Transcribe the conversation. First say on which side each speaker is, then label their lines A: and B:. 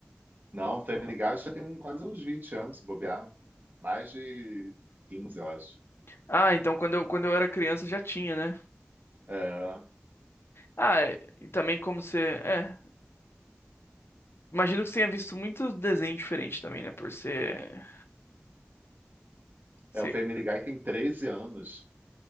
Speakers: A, on the right; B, on the left.
A: Não, Family Guy acho que tem quase uns 20 anos, se bobear. Mais de 15 eu acho.
B: Ah, então quando eu, quando eu era criança já tinha, né?
A: É,
B: Ah, é- e também como você. É. Imagino que você tenha visto muitos desenhos diferentes também, né? Por ser. ser...
A: é o Family Guy tem 13 anos.